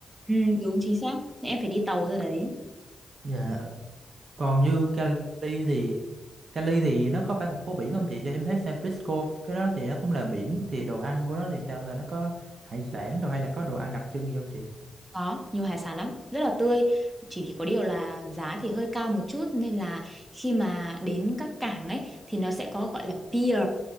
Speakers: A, on the right; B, on the right.
A: Ừ, đúng chính xác. Em phải đi tàu ra đấy.
B: dạ còn như Cali thì Cali thì nó có phải thành phố biển không chị cho em thấy San Francisco cái đó thì nó cũng là biển thì đồ ăn của nó thì sao ta nó có hải sản đồ hay là có đồ ăn đặc trưng gì không chị
A: Có, nhiều hải sản lắm, rất là tươi. Chỉ có điều là giá thì hơi cao một chút nên là khi mà đến các cảng ấy thì nó sẽ có gọi là pier,